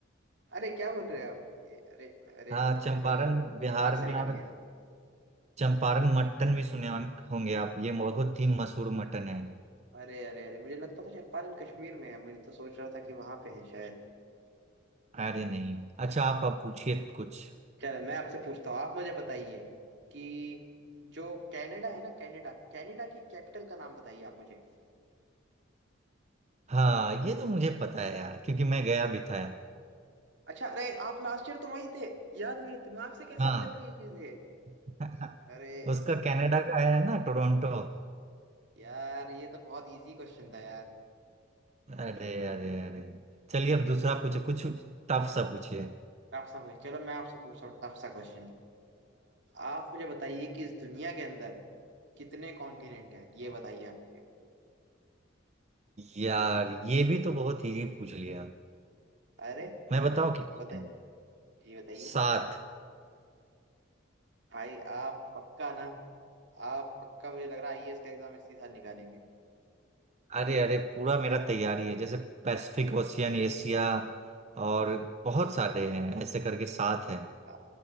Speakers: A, on the right; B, on the right.
A: अरे क्या बोल रहे हैं आप ये- अरे अरे
B: हाँ
A: अ,
B: चंपारण
A: मैं
B: बिहार
A: दिमाग से
B: में
A: निकल
B: और
A: गया
B: चंपारण मटन भी सुने हों- होंगे आप ये बहुत ही मशहूर मटन है
A: अरे अरे अरे मुझे लगता था चंपारण कश्मीर में है मुझे तो सोच रहा था कि वहां पे है शायद
B: अरे नहीं अच्छा आप आप पूछिए कुछ
A: चलो मैं आपसे पूछता हूँ आप मुझे बताइए कि जो कनाडा है ना कनाडा कनाडा की कैपिटल का नाम बताइए आप मुझे
B: हाँ ये तो मुझे पता है यार क्योंकि मैं गया भी
A: अ,
B: था
A: अच्छा अरे आप लास्ट ईयर तो वहीं थे यार मेरे दिमाग से कैसे
B: हाँ
A: निकल रही है चीजें
B: <laughs>
A: अरे
B: उसका कनाडा का है ना टोरंटो
A: यार ये तो बहुत इजी क्वेश्चन था यार
B: अरे अरे अरे चलिए अब दूसरा पूछे कुछ टफ सा पूछिए
A: टफ सा क्वेश्चन चलो मैं आपसे पूछता हूँ टफ सा क्वेश्चन आप मुझे बताइए कि इस दुनिया के अंदर कितने कॉन्टिनेंट है ये बताइए आपके
B: यार ये भी तो बहुत इजी पूछ लिया
A: अरे
B: मैं बताऊं कितने
A: बताइए
B: हैं?
A: जी बताइए
B: सात
A: भाई आप पक्का ना आप पक्का मुझे लग रहा है आईएएस का एग्जाम इसी साल निकालेंगे
B: अरे अरे पूरा मेरा तैयारी है जैसे पैसिफिक ओशियन एशिया और बहुत सारे हैं ऐसे करके सात हैं
A: आ,